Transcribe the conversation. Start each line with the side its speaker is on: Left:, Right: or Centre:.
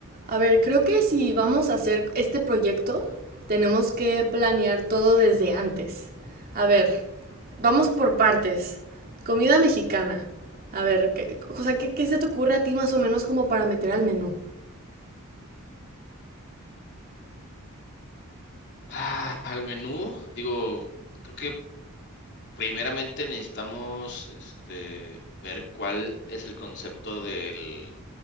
Right: A ver, creo que si vamos a hacer este proyecto, tenemos que planear todo desde antes. A ver, vamos por partes. Comida mexicana. A ver, ¿qué, o sea, ¿qué, qué se te ocurre a ti más o menos como para meter al menú?
Left: Ah, al menú, digo, creo que primeramente necesitamos este, ver cuál es el concepto del,